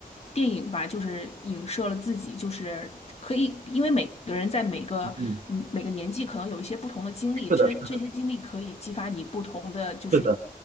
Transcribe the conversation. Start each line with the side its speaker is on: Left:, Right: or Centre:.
Left: 电影吧，就是影射了自己，就是可以，因为每个人在每个嗯每个年纪可能有一些不同的经历，
Right: 嗯，嗯是的，
Left: 这这些经历可以激发你不同的，
Right: 是的，
Left: 就是
Right: 是的，